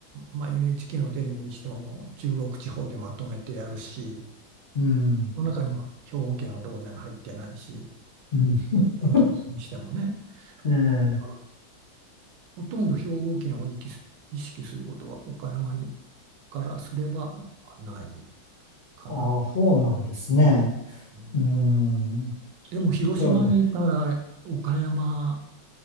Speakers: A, on the right (about 75°); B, on the left (about 70°).
A: まあ、NHK のテレビにしてももう中国地方でまとめてやるし、
B: うん。
A: その中には兵庫県は当然入ってないし、
B: うん。<laughs>
A: 遠近にしてもね、
B: ええ。
A: あのほとんど兵庫県を意識す意識することは岡山にからすればないかな。
B: ああ、そうなんですね。
A: うん
B: うん。
A: でも広島にいたら岡山
B: じゃあ、